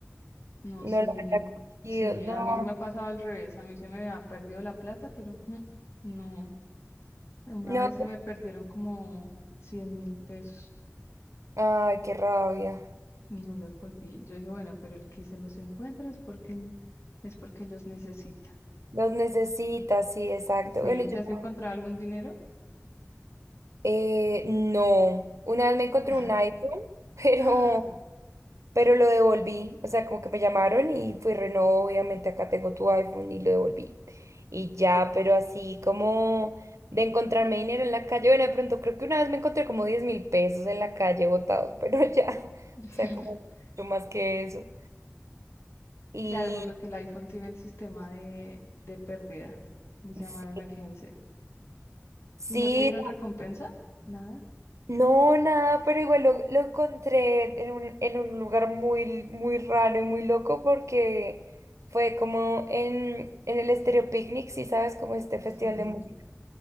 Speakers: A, on the left; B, on the right.
A: no
B: No
A: sé,
B: lo había cogido,
A: sí,
B: no,
A: a mí sí me ha pasado al revés, a mí se me ha perdido la plata, pero mm, no. Una
B: no.
A: vez se me perdieron como cien mil pesos
B: Ay, qué rabia.
A: y no los volví. Yo dije, bueno, pero el que se los encuentra es porque, él- es porque los necesita.
B: Los necesitas, sí, exacto.
A: ¿Sí?
B: Bueno, yo
A: ¿Te has
B: también,
A: encontrado algún dinero?
B: eh, no. Una vez me encontré
A: <laughs>
B: un iPhone, <laughs> pero
A: Ah,
B: pero lo devolví, o sea, como que me llamaron y fui reno, obviamente acá tengo tu iPhone y lo devolví. Y ya, pero así como de encontrarme dinero en la calle, bueno, de pronto creo que una vez me encontré como diez mil pesos en la calle botados, pero ya, <laughs> o
A: <laughs>
B: sea, como mucho más que eso. Y
A: Claro, por lo que el iPhone tiene el sistema de, de pérdida, de llamada
B: sí,
A: de emergencia.
B: sí,
A: ¿Y no te dieron recompensa? Nada.
B: no, nada, pero igual lo, lo encontré en un, en un lugar muy, muy raro y muy loco porque... Fue como en, en el Estéreo Picnic, si sabes, como este festival
A: Sí.
B: de música